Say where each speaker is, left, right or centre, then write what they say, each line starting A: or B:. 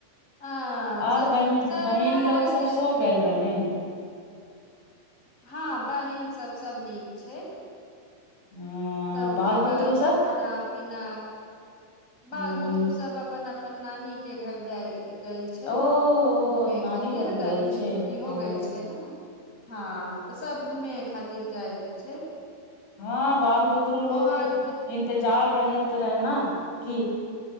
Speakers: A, on the left; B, on the left.
A: हँ स
B: आर बहिन
A: सरकारके
B: बहिन लोग सब सो गेल रहले
A: हूँ हँ बहिन सभ सभ नीक छै
B: अ
A: सब
B: बाल
A: खबर
B: बुतरू सब
A: खाना पीना
B: ह
A: बाल बुतरु सब अपन अपन अपन नानी के घर जाय गेल छै
B: ओ
A: घूमे
B: नानी
A: खातिर
B: घर गेल
A: गर्मी
B: छै
A: छुट्टी
B: ह
A: हो गेल छै ने हँ तऽ सब घूमे खातिर जायल छै
B: हँ बाल बुतरू लोक
A: ओहर
B: के इन्त- विचार रहैत रह ने कि